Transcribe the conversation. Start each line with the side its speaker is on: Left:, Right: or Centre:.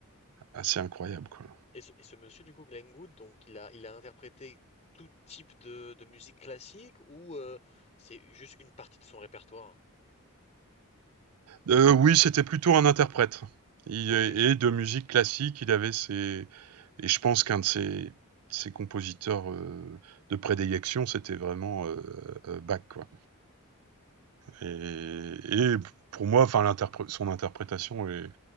Right: assez incroyable, quoi.
Left: Et ce, et ce monsieur du coup Glenn Gould, donc il a, il a interprété tout type de, de musique classique ou euh, c'est juste une partie de son répertoire?
Right: Heu, oui, c'était plutôt un interprète. Il
Left: Ok.
Right: est et de musique classique, il avait ses et je pense qu'un de ses ses compositeurs, heu, de prédilection, c'était vraiment, heu heu, Bach, quoi et et pour moi, enfin l'interpré son interprétation est